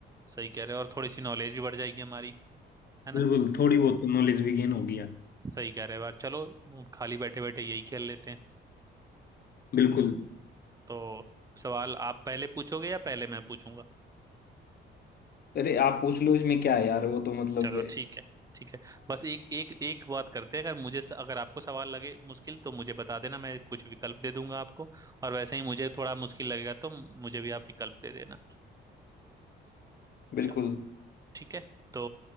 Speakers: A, on the right; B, on the left.
A: सही कह रहे हो और थोड़ी सी नॉलेज भी बढ़ जाएगी हमारी है ना
B: बिल्कुल थोड़ी बहुत तो नॉलेज भी गेन हो गया
A: सही कह रहे हो यार चलो हम खाली बैठे बैठे यही खेल लेते हैं
B: बिल्कुल
A: तो सवाल आप पहले पूछोगे या पहले मैं पूछूंगा
B: अरे आप पूछ लो इसमें क्या है यार वो तो मतलब
A: चलो ठीक है ठीक है बस एक एक एक बात करते हैं अगर मुझे अगर आपको सवाल लगे मुश्किल तो मुझे बता देना मैं कुछ विकल्प दे दूंगा आपको और वैसे ही मुझे थोड़ा मुश्किल लगेगा तो मुझे भी आप विकल्प दे देना
B: बिल्कुल
A: चलो ठीक है तो